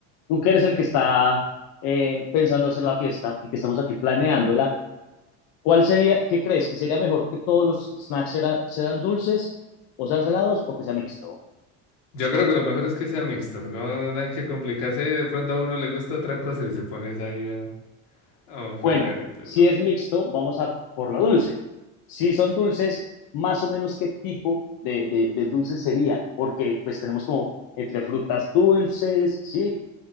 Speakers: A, on the left; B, on the left.
A: Tú que eres el que está eh, pensando hacer la fiesta y que estamos aquí planeándola, ¿cuál sería, qué crees? ¿Que sería mejor que todos los snacks serán, serán dulces o sean salados o que sea mixto?
B: Yo creo que lo mejor es que sea mixto, no, no hay que complicarse ahí, de pronto a uno le gusta otra cosa y se pones ahí a, a fregar,
A: Bueno,
B: entonces
A: si
B: no.
A: es mixto, vamos a por la dulce. Si son dulces, más o menos qué tipo de, de, de dulces serían, porque pues tenemos como entre frutas dulces, ¿sí?